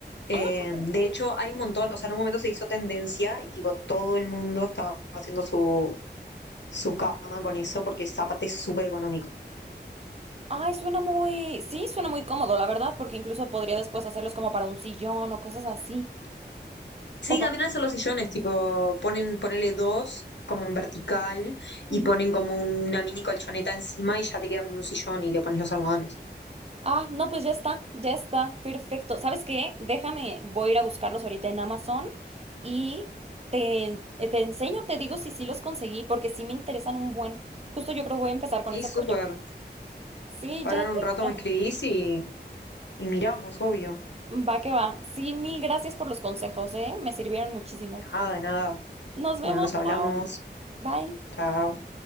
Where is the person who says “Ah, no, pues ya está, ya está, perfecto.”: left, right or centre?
Right